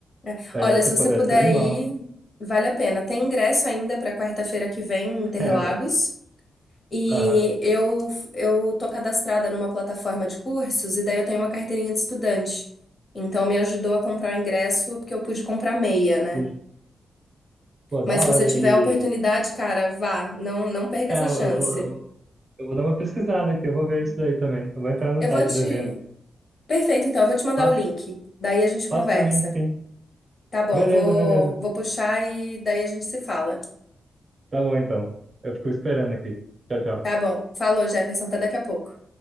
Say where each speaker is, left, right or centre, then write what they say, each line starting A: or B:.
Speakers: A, on the left; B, on the right.
A: É.
B: Mas
A: Olha,
B: deve ser,
A: se
B: pô,
A: você
B: deve
A: puder
B: ser animal.
A: ir, vale a pena. Tem ingresso ainda para quarta-feira que vem em Interlagos.
B: <laughs>
A: E
B: É, Aham,
A: eu, eu tô cadastrada numa plataforma de cursos e daí eu tenho uma carteirinha de estudante. Então me ajudou a comprar o ingresso porque eu pude comprar meia, né?
B: sim. Pô,
A: Mas
B: da
A: se
B: hora.
A: você tiver
B: E,
A: a oportunidade, cara, vá, não, não perca
B: é,
A: essa
B: eu,
A: chance.
B: eu vou, eu, vou- eu vou dar uma pesquisada aqui, eu vou ver isso daí também. Eu vou entrar no
A: Eu
B: site
A: vou te.
B: do evento.
A: Perfeito, então, eu vou te mandar
B: Passa,
A: o link. Daí a gente conversa.
B: passa pra mim, sim.
A: Tá bom,
B: Beleza,
A: vou,
B: beleza.
A: vou puxar e daí a gente se fala.
B: Tá bom, então. Eu fico esperando aqui. Tchau, tchau.
A: Tá bom, falou, Jefferson, até daqui a pouco.